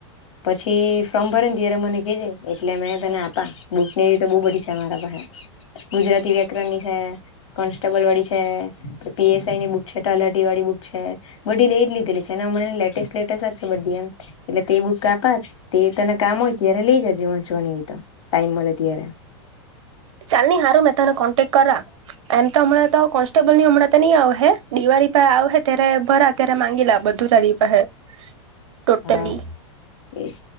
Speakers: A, on the left (about 85°); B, on the right (about 75°).
A: પછી ફોર્મ ભરે ને ત્યારે મને કેજે એટલે મે તને આપા બુક ને એવી તો બો બધી છે મારા પાહે, ગુજરાતી વ્યાકરણ ની છે, કોન્સ્ટેબલ છે, પી એસ આઈની બુક છે તલાટી વાડી બુક છે, બધી લેય જ લીધેલી છે ને અમણે ની લેટે લેટેસ્ટ જ બધી એમ, એટલે તે બુક આપા, તે તને કામ હોય ત્યારે લઈ જજે વંચવાની. ટાઈમ મળે ત્યારે.
B: ચાલ ની હારું મે તારો કોન્ટેક્ટ કરા, એમ તો હમણાં તો કોન્સ્ટેબલ ની હમણાં તો ની આવ હે દિવાળ પર આવ હે ત્યારે ભરા ત્યારે માંગી લેવા બધું તારી પાહે. ટોટલી
A: હા એજ,